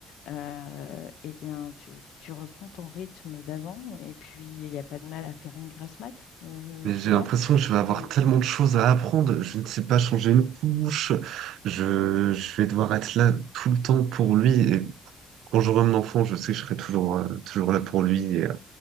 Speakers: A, on the left (about 85°); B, on the right (about 85°).
A: euh, eh bien, tu, tu reprends ton rythme d'avant et puis il n'y a pas de mal à faire une grasse mat, euh,
B: Mais
A: tu
B: j'ai
A: vois.
B: l'impression que je vais avoir
A: Donc,
B: tellement de choses à apprendre. Je ne sais pas changer une couche. Je, je vais devoir être là tout le temps pour lui. Et quand j'aurai mon enfant, je sais que je serai toujours, euh, toujours là pour lui. Et, euh,